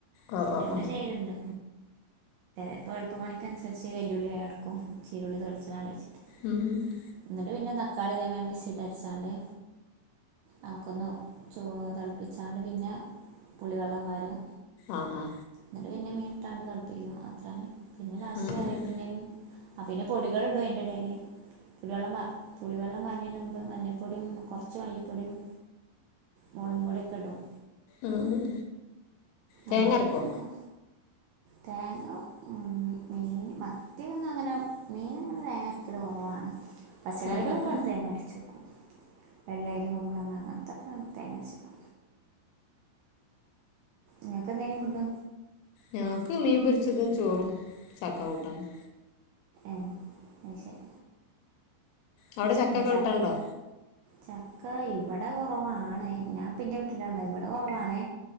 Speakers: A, on the left (about 80°); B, on the right (about 80°).
A: ആ ആ
B: ഞങ്ങള്
A: ആ
B: ചെയ്യലുണ്ട്. അപ്പോൾ എളുപ്പ പണിക്കനുസരിച്ച് വെല്ലുള്ളി വേം എടുക്കും ചീരുള്ളി തെലിക്കുന്നത് ആലോചിച്ചിട്ട്
A: ഉം ഉം ഉം.
B: എന്നിട്ട് പിന്നെ തക്കാളിയുംതേങ്ങായും മിക്സിയില് അരച്ചാണ്ട് ഞക്കൊന്ന് ചോറ് തള്പ്പിച്ചാണ്ട് പിന്നെ പുളിവെള്ളം പാരും.
A: ആഹ്
B: എന്നിട്ട് പിന്നെ മീട്ടാണ്ട് തിളപ്പിക്കും അത്രതന്നെ പിന്നെ ലാസ്റ്റ്
A: ഉം ഉം
B: കരേപ്പിന്റെലേം
A: ഉം.
B: ആഹ് പിന്നെ പൊടികൾ ഇടും അയ്ൻ്റെ എടയില് പുളിവെള്ളം പാ പുളിവെള്ളം പാര്ണേന് മുമ്പ് മഞ്ഞപ്പൊടിയും കുറച്ച് മല്ലിപ്പൊടിയും, മുളകും പൊടിയൊക്കെ ഇടും.
A: ഉം തേങ്ങ
B: അങ്ങനെയൊക്കെ
A: അരക്കോ?
B: ഉണ്ടാക്കും തേങ്ങ ഉം മീന് മത്തി ഒന്നും അങ്ങനെ മീനങ്ങനെ തേങ്ങ അരക്കല് കൊറവാ പച്ചക്കറികളൊക്കെ
A: ഉം ഉം ഉം.
B: ഉണ്ടെ തേങ്ങ അരച്ച് വെക്കും വെള്ളരി, കുമ്പളങ്ങ, അങ്ങനത്തൊക്കെ തേങ്ങ അരച്ച വെക്കും. ഇങ്ങക്ക് എന്തെനി ഫുഡ്?
A: ഞങ്ങക്ക് മീൻ പൊരിച്ചതും, ചോറും, ചക്ക കൂട്ടാനും.
B: ഏഹ് അഹ് ശരി.
A: അവിടെ ചക്കയൊക്കെ
B: ചക്ക
A: കിട്ടാണ്ടോ
B: ചക്ക ഇവിടെ കൊറവാണ് ഞാൻപ്പം ഇന്റെ വീട്ടിലാ ഉള്ളത് ഇവിടെ കൊറവാണ്.